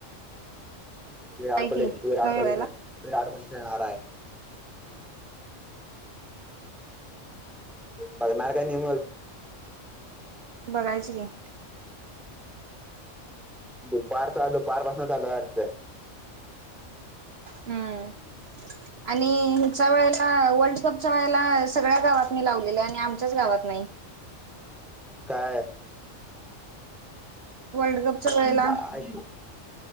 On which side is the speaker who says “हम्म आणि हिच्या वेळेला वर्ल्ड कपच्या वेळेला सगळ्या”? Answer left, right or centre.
Right